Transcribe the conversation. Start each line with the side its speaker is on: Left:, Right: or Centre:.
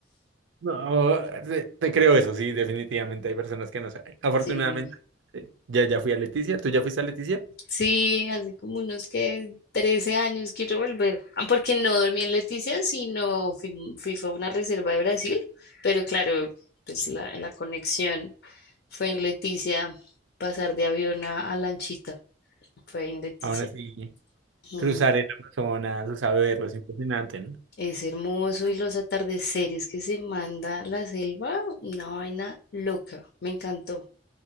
Right: No, te, te creo eso, sí, definitivamente hay personas que no saben. Afortunadamente,
Left: Sí.
Right: eh, ya, ya fui a Leticia, tú ya fuiste a Leticia.
Left: Sí, hace como unos que 13 años quiero volver, Ah, porque no dormí en Leticia, sino fui, fui fue a una reserva de Brasil, pero claro, pues la, la conexión fue en Leticia, pasar de avión a, a lanchita, fue ahí en Leticia.
Right: Aún así,
Left: Mm,
Right: cruzar el Amazonas, o sea, verlo, es impresionante, ¿no?
Left: Es hermoso y los atardeceres que se manda la selva, una vaina loca, me encantó,